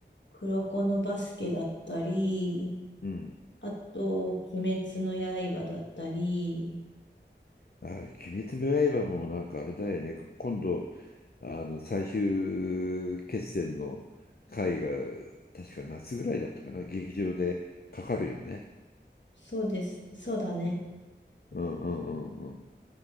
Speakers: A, on the left; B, on the left.
A: 黒子のバスケだったり、
B: うん。
A: あと、鬼滅の刃だったり、
B: あ、鬼滅の刃もなんかあれだよね。今度、あの最終決戦の回が確か夏ぐらいだったかな。劇場でかかるよね。
A: そうです、そうだね。
B: うんうんうんうん。